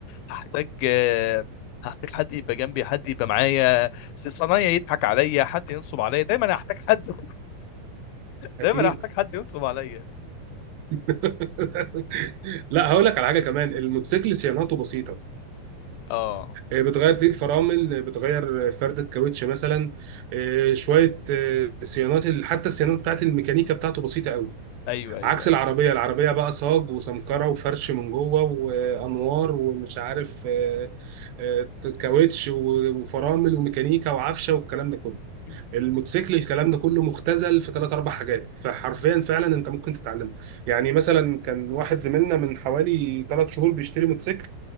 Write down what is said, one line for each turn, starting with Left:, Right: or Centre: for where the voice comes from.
Left: هحتاج آه، هحتاج حد يبقى جنبي حد يبقى معايا صنايعي يضحك عليا حد ينصب عليا دايما هحتاج حد <laughs>
Right: اكيد
Left: دايما هحتاج حد ينصب عليا
Right: <laughs> لا هقول لك على حاجه كمان الموتوسيكل صيانته بسيطه
Left: اه
Right: آه، بتغير دي الفرامل آه، بتغير آه، فرده كاوتش مثلا آه، شويه آه، صيانات ال- حتى الصيانات بتاعت الميكانيكا بتاعته بسيطه قوي
Left: ايوه ايوه
Right: عكس
Left: ايوه
Right: العربيه العربيه بقى صاج وسمكره وفرش من جوه وانوار ومش عارف آه، آه، كاوتش و- وفرامل وميكانيكا وعفشه والكلام ده كله
Left: م-
Right: الموتوسيكل الكلام ده كله مختزل في ثلاث اربع حاجات فحرفيا فعلا انت ممكن تتعلم يعني مثلا كان واحد زميلنا من حوالي ثلاث شهور بيشتري موتوسيكل